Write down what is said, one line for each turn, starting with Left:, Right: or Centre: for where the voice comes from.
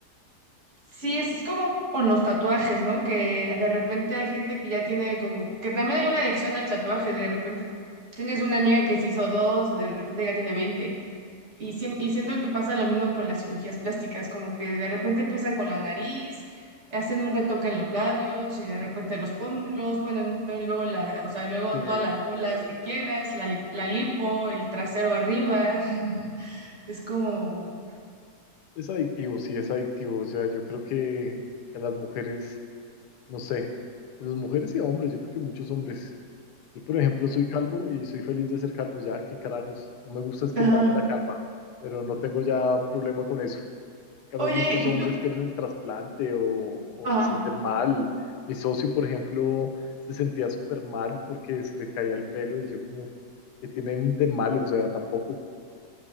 Right: Sí, es es como con los tatuajes, ¿no? Que de repente hay gente que ya tiene como, que también hay una adicción al tatuaje, de repente tienes una amiga que se hizo dos, de repente ya tiene veinte Y, siem- y siento que pasa lo mismo con las cirugías plásticas, como que de repente empiezan con la nariz, hacen un retoque en los labios y de repente los pómulos, bueno, no, y luego la, o sea, luego
Left: Sí,
Right: todas las bolas que quieras, la, lip- la lipo, el trasero arriba, <laughs> es como...
Left: es adictivo, sí, es adictivo. O sea, yo creo que a las mujeres, no sé, las mujeres y a hombres, yo creo que muchos hombres. Yo, por ejemplo, soy calvo y soy feliz de ser calvo, ya, qué carajos. No me gusta es quemarme
Right: Ajá.
Left: la calva, pero no tengo ya problema con eso. En cambio,
Right: Oye,
Left: muchos
Right: ¿y
Left: hombres
Right: tú?
Left: quieren el trasplante o, o
Right: Ajá.
Left: se sienten mal. Mi socio, por ejemplo, se sentía súper mal porque se le caía el pelo y yo como, ¿qué tienen de malo? O sea, tampoco.